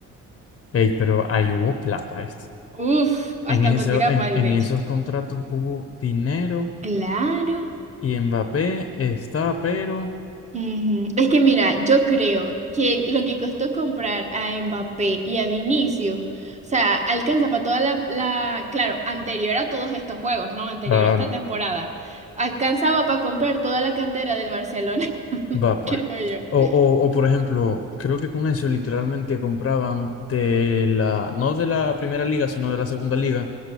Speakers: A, on the left; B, on the right.
A: Ey, pero ahí hubo plata, ¿viste?
B: Uf, hasta
A: En eso,
B: para tirar
A: en,
B: para el
A: en
B: techo.
A: esos contratos hubo dinero
B: Claro.
A: y Mbappé está, pero...
B: Ujú. Es que mira, yo creo que lo que costó comprar a Mbappé y a Vinicius, o sea, alcanza para toda la, la, claro, anterior a todos estos juegos, ¿no? Anterior
A: Claro.
B: a esta temporada, alcanzaba para comprar toda la cantera del Barcelona, <laughs>
A: Va, pues.
B: creo
A: O,
B: yo.
A: o, o, por ejemplo, creo que con eso literalmente compraban de la, no de la primera liga, sino de la segunda liga,